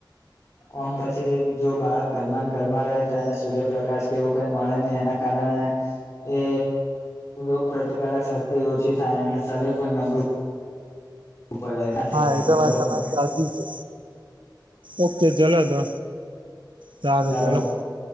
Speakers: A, on the left (about 40°); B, on the right (about 85°).
A: ઓમ પછી જો બાળક ઘરમાં ઘરમાં રહે એ સૂર્યપ્રકાશ કેવું કઈ મળે નહી એના કારણે એ રોગ પ્રતિકારક શક્તિ ઓછી થાય અને શરીર પણ નબળું પડે ના થઈ
B: હા
A: શકે
B: એ તો
A: બરોબર
B: વાત તમારી
A: ને
B: સાચી છે ઓકે ચલો તો સારું
A: ચાલો
B: ચલો